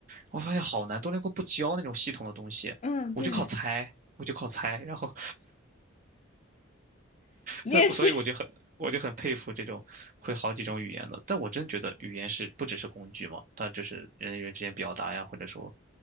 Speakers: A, on the right; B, on the left.
A: 我发现好难，多邻国不教那种系统的东西，
B: 嗯，
A: 我就靠猜，
B: 对，
A: 我就靠猜。然后，对，
B: 你也是，
A: 所以我就很我就很佩服这种会好几种语言的。但我真觉得语言是不只是工具嘛，它就是人与人之间表达呀，或者说，